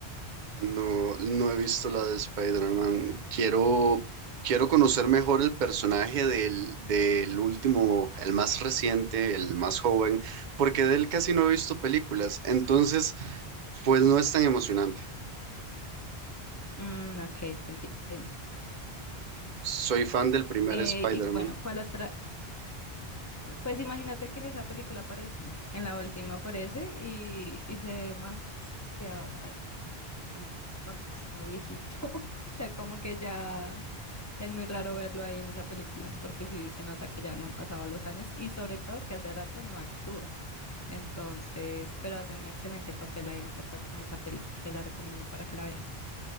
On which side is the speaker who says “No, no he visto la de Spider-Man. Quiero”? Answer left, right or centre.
Right